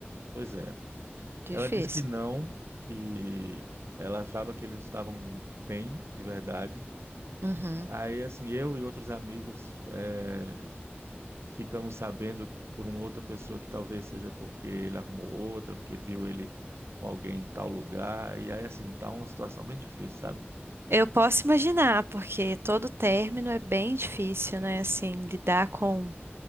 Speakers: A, on the right; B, on the right.
A: pois é.
B: Difícil.
A: Ela disse que não, que ela achava que eles estavam bem, de verdade.
B: Uhum.
A: Aí, assim, eu e outros amigos é, ficamos sabendo por uma outra pessoa que talvez seja porque ele arrumou outra, porque viu ele com alguém em tal lugar. E aí, assim, tá uma situação bem difícil, sabe?
B: Eu posso imaginar, porque todo término é bem difícil, né? Assim, lidar com,